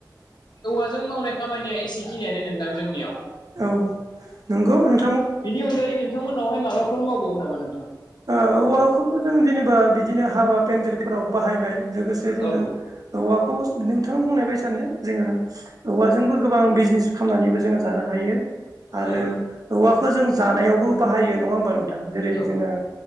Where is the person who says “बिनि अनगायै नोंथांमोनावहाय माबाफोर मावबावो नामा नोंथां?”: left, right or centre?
Left